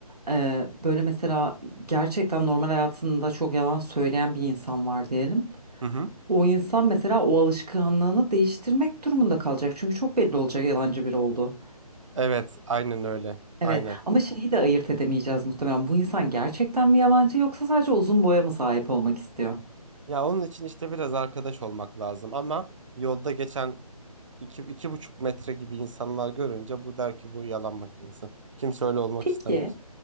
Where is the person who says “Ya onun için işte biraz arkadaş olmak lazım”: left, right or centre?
Right